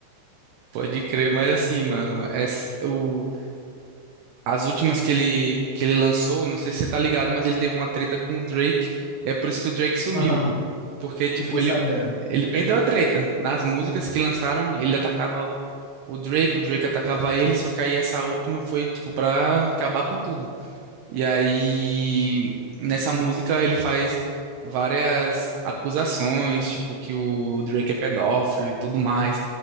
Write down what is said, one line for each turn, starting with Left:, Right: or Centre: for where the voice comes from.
Right: Pode crer, mas assim, mano, essa- o, as últimas que ele, que ele lançou, não sei se você tá ligado, mas ele teve uma treta com o Drake. É por isso que o Drake sumiu.
Left: Aham,
Right: Porque, tipo,
Left: eu fiquei
Right: ele,
Left: sabendo.
Right: ele perdeu a treta. Nas músicas que lançaram, ele atacava o Drake, o Drake atacava ele, só que aí essa última foi, tipo, pra acabar com tudo. E aí, nessa música, ele faz várias acusações, tipo, que o Drake é pedófilo e tudo mais.